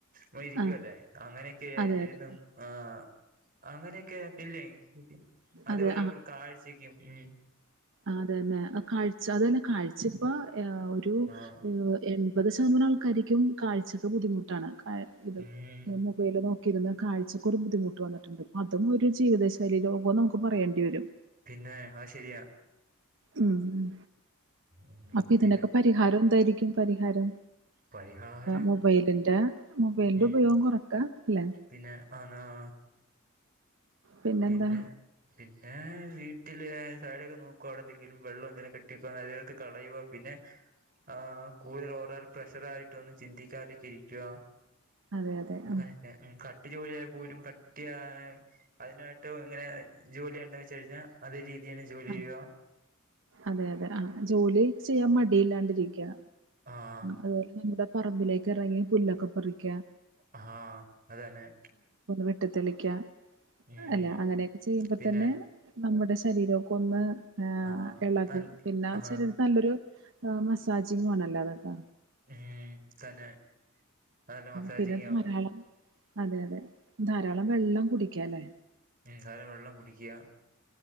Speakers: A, on the right; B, on the right.
A: മ ഇരിക്കുവല്ലേ
B: ആഹ്
A: അങ്ങനെക്കെ
B: അതെ
A: ഇരുന്ന്
B: അതെ
A: ആ അങ്ങനെക്കെയില്ലേ അത്പോലെ
B: അതെ
A: നമുട് കാഴ്ചക്കും ഉം
B: അത് തന്നെ കാഴ്ച അതന്നെ കാഴ്ച ഇപ്പ എ ഒരു
A: ആഹ്
B: എൺ പത് ശതമാനം ആൾക്കാരിക്കും കാഴ്ചക് ബുദ്ധിമുട്ടാണ് കാഴ് ഇത്
A: ഉം
B: മൊബൈല് നോക്കിയിരൂന്ന് കാഴ്ചക്കൊരു ബുദ്ധിമുട്ട് വന്നിട്ടുണ്ട് അതും ഒരു ജീവിതശൈലി രോ ഗോ നമുക്ക് പറയേണ്ടി വരും
A: പിന്നെ ആ ശെരിയാ
B: ഉം
A: ഉം
B: അപ്പൊ ഇതിനൊക്കെ
A: പിന്നെ
B: പരിഹാരം എന്തായിരിക്കും പരിഹാരം
A: പരിഹാരം
B: മൊബൈലിന്റെ മൊബൈലിന്റെ
A: ഉം
B: ഉപയോഗം കുറക്ക അല്ലേ
A: പിന്നെ ആണ് ആ
B: പിന്നെന്താ
A: പിന്നെ പിന്നെ വീട്ടില് സാലിക്കെ നോക്കുവാ അവ്ടെ എന്തെങ്കിലും വെള്ളം എന്തെലും കെട്ടിക്കാ അതെടുത്ത് കളയുക പിന്നെ ആ കൂടുതൽ ഓരോ പ്രഷർ ആയിട്ടൊന്നും ചിന്തിക്കാതിക്കെ ഇരിക്കുക
B: അതെ അതെ
A: അങ്ങനത്തെ
B: ആ
A: ഉം കട്ടി ജോലിയായ പോലും കട്ടിയ അതിനയിട്ട് ഇങ്ങനെ ജോലി ഉണ്ട വെച്ച കഴിഞ്ഞാൽ അതേ രീതിയാണ് ജോലി
B: ആ,
A: ചെയ്യുക
B: അതെ അതെ ആ ജോലി ചെയ്യാൻ മടിയില്ലാണ്ടിരിക്കുക
A: ആഹ്
B: അതുപോലെ നമ്മുടെ പറമ്പിലേക്ക് ഇറങ്ങി പുല്ലൊക്കെ പറിക്കുക
A: ആ അതന്നെ
B: വെട്ടു തെളിക്ക
A: ഉം
B: അല്ല അങ്ങനെയൊക്കെ ചെയ്യുമ്പോ
A: പിന്നെ
B: തന്നെ നമ്മുടെ ശരീരൊക്ക ഒന്ന്
A: ആഹ്
B: ഇളകും
A: നൽ
B: പിന്നെ
A: ആഹ്
B: ശരീരത്തി നല്ലൊരു് മസാജിങ് ആണല്ലേ അതൊക്കാ
A: ഉം തന്നെ നല്ല മസാജിങ്
B: പിന്നെ ധാരാളം
A: ആകും
B: അതെ അതെ ധാരാളം വെള്ളം കുടിക്കല്ലേ
A: ഉം അതെ വെള്ളം കുടിക്കിയ